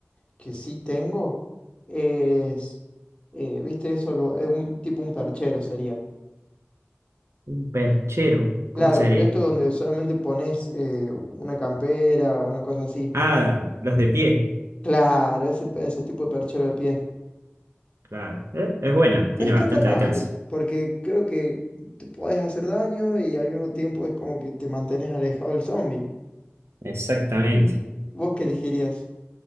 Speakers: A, on the left; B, on the right.
A: que sí tengo, es, eh, ¿viste eso? Lu- eh, Un, tipo un perchero sería.
B: Un perchero, ¿cómo
A: Claro,
B: sería?
A: pero esto donde solamente pones eh, una campera, una cosa así.
B: Ah, los de pie.
A: Claro, ese, ese tipo de perchero de pie.
B: Claro, eh, es buena,
A: No
B: tiene
A: está
B: bastante
A: tan mal,
B: alcance.
A: porque creo que te puedes hacer daño y al mismo tiempo es como que te mantienes alejado del zombie.
B: Exactamente.
A: ¿Vos qué elegirías?